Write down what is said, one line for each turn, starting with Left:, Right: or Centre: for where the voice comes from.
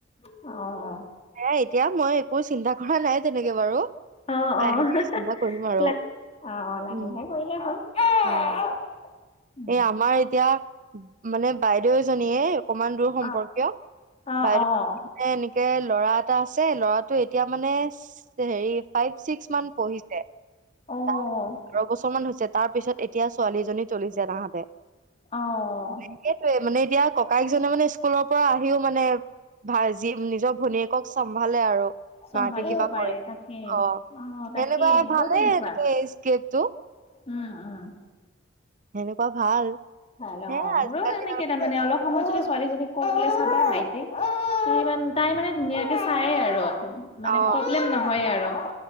Left: অ'।
Right: সেয়াই এতিয়া মই একো চিন্তা কৰা নাই, তেনেকে বাৰু।
Left: অ', অ',
Right: লাহে লাহে চিন্তা কৰিম
Left: অ',
Right: আৰু
Left: লাহে
Right: উম
Left: লাহে কৰিলে হ'ল।
Right: অ'।
Left: <inaudible>
Right: এই আমাৰ এতিয়া মানে বাইদেউ এজনীয়ে অকমান দূৰ সম্পৰ্কীয়,
Left: অ', অ',
Right: বাইদেউ
Left: অ',
Right: এ, এনেকে ল'ৰা এটা আছে, ল'ৰাটো এতিয়া, মানে, হেৰি, ফাইভ ছিক্স মান পঢ়িছে
Left: অ'।
Right: ত, তেৰ বছৰ মান হৈছে, তাৰ পিছত এতিয়া ছোৱালীজনী চলিছ যে তাহাঁতে।
Left: অ'।
Right: সেইটোৱে, মানে, এতিয়া ককায়েকজনে, মানে স্কুলৰ পৰা আহিও, মানে ভাই, যি নিজৰ ভনীয়েকক চম্ভালে আৰু।
Left: চম্ভালিব
Right: মাকে কিবা
Left: পাৰে
Right: কৰে নেকি?
Left: তাকে
Right: অ',
Left: তাকে
Right: সেনেকুৱা
Left: মোৰো
Right: ভালে
Left: তেনেকুৱা
Right: এনেকে এইকপটো।
Left: উম, উম।
Right: সেনেকুৱা ভাল।
Left: ভাল
Right: হে
Left: অ', মোৰো
Right: আজিকালি
Left: তেনেকে
Right: আৰু
Left: কে মানে অলপ সময় যদি ছোৱালীজনীক কওঁ, চাবা, তাই মানে ধুনীয়াকৈ চাই আৰু মানে
Right: অ',
Left: প্ৰব্লেম নহয় আৰু।